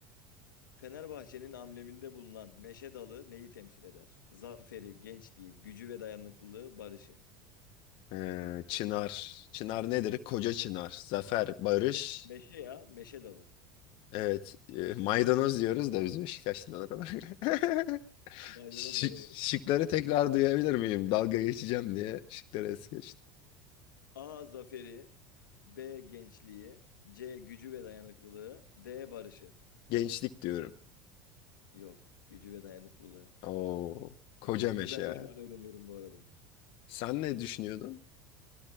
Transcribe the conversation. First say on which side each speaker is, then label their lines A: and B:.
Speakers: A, on the left; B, on the left.
A: Fenerbahçe'nin ambleminde bulunan meşe dalı neyi temsil eder? Zaferi, gençliği, gücü ve dayanıklılığı, barışı.
B: Ee, Çınar. Çınar nedir? Koca Çınar. Zafer, Barış.
A: Me- meşe ya, meşe dalı.
B: Evet, e, maydanoz diyoruz da biz Beşiktaşlılar olarak. <laughs>
A: Maydanoz
B: Şık-
A: dalı.
B: şıkları tekrar duyabilir miyim? Dalga geçeceğim diye şıkları es geçtim.
A: A. Zaferi B. Gençliği C. Gücü ve dayanıklılığı D. Barışı
B: Gençlik diyorum.
A: Yok. Gücü ve dayanıklılığı.
B: Oo, koca
A: Bunu
B: meşe.
A: ben de şu an öğreniyorum bu arada.
B: Sen ne düşünüyordun?